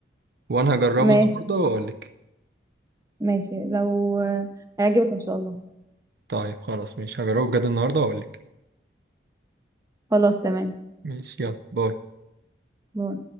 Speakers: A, on the right (about 55°); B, on the right (about 15°).
A: وانا هجربه
B: ماشي
A: النهارده واقول لك
B: ماشي لو آه، هيعجبك ان شاء الله
A: طيب خلاص مش هجربه بجد النهارده واقول لك
B: خلاص تمام
A: ماشي يلا باي
B: باي.